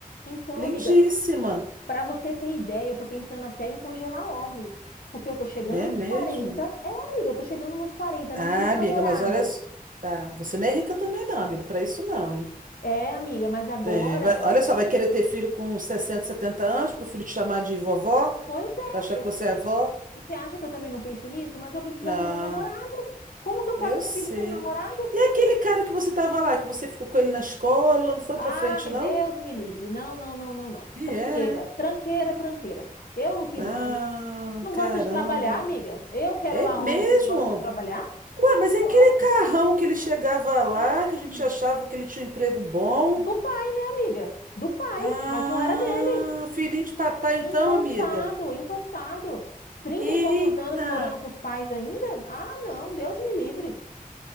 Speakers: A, on the left; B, on the right.
A: Então,
B: Lindíssima,
A: amiga, para você ter ideia, eu tô pensando até em congelar óvulos, porque eu tô chegando
B: é
A: nos
B: mesmo?
A: 40. É, amiga, eu tô chegando nos 40.
B: Ah,
A: não tenho
B: amiga,
A: namorado.
B: mas olha, s- tá, você não é rica também não, amiga, para isso não, hein?
A: É, amiga, mas agora,
B: É, vai- olha só, vai querer ter filho com 60, 70 anos, pro filho te chamar de vovó?
A: pois
B: Pra achar
A: é.
B: que
A: eu-
B: você é avó?
A: E você acha que eu também não penso nisso? Mas eu preciso
B: Ah,
A: arrumar um namorado. Como que eu
B: eu
A: faço
B: sei.
A: um filho sem um namorado?
B: E aquele cara que você tava lá, que você ficou com ele na escola, não foi
A: Ai,
B: pra frente, não?
A: Deus me livre. Não, não, não, não, não.
B: E
A: Tranqueira,
B: é.
A: tranqueira, tranqueira. Eu não quis
B: Ah,
A: mais. Não
B: caramba.
A: gosta de trabalhar, amiga? Eu quero
B: É
A: lá
B: mesmo?
A: homem que não gosta de trabalhar?
B: Ué, mas é aquele
A: Ora.
B: carrão que ele chegava lá,
A: Ah,
B: que a gente achava que ele tinha um emprego bom.
A: do pai, né, amiga? Do pai,
B: Ah,
A: mas não era dele.
B: filhinho de papai, então,
A: Encostado,
B: amiga.
A: encostado. Trinta
B: Eita!
A: e poucos anos morando com os pais ainda? Ah, não, Deus me livre.